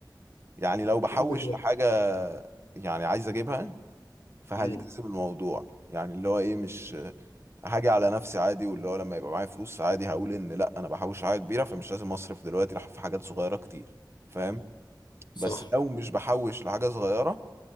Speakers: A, on the right; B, on the left.
A: يعني لو بحوش
B: قول لي طيب.
A: لحاجة يعني عايز أجيبها فهلتزم
B: امم
A: الموضوع يعني اللي هو ايه مش هاجي على نفسي عادي واللي هو لما يبقى معايا فلوس عادي هقول ان لا انا بحوش حاجه كبيره فمش لازم اصرف دلوقتي راح في حاجات صغيره كتير فاهم
B: صح
A: بس لو مش بحوش لحاجه صغيره